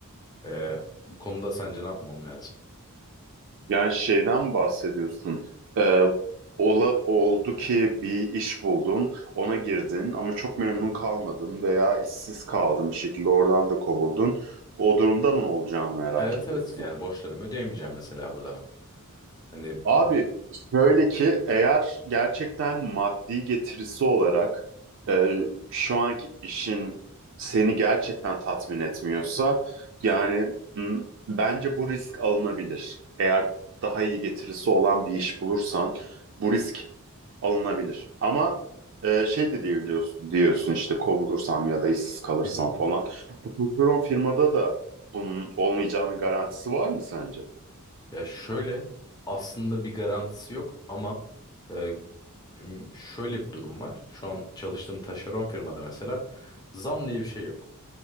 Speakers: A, on the left; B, on the right.
A: Ee, bu konuda sence ne yapmam lazım?
B: Yani şeyden bahsediyorsun. Ee, ola, oldu ki bir iş buldun, ona girdin ama çok memnun
A: Hı hı.
B: kalmadın veya işsiz kaldın bir şekilde oradan da kovuldun. O durumda
A: Hı hı.
B: mı ne olacağını merak
A: Evet
B: ediyorsun.
A: evet yani borçlarımı ödeyemeyeceğim mesela burada ben. Hani bu-
B: Abi şöyle ki eğer gerçekten maddi getirisi olarak e, şu anki işin seni gerçekten tatmin etmiyorsa yani m, bence bu risk alınabilir. Eğer daha iyi getirisi olan bir iş bulursan bu risk alınabilir. Ama e, şey de diyebiliyorsun diyorsun işte kovulursam ya da işsiz kalırsam
A: Hı hı.
B: falan. Bu patron firmada da bunun olmayacağının garantisi var mı sence?
A: Ya şöyle aslında bir garantisi yok ama e, m- şöyle bir durum var. Şu an çalıştığım taşeron firmada mesela zam diye bir şey yok.